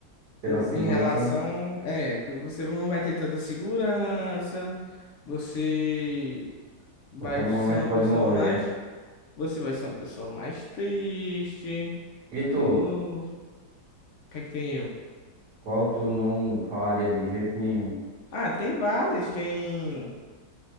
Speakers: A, on the right; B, on the left.
A: pela
B: de- Em
A: segurança,
B: relação.
A: né?
B: É, porque você não vai ter tanta segurança, você vai
A: Qualquer momento
B: ser uma
A: pode
B: pessoa
A: morrer.
B: mais. Você vai ser uma pessoa mais triste.
A: E tu?
B: Tô... O que é que tem eu?
A: Qual tu não faria de jeito nenhum?
B: Ah, tem várias, tem.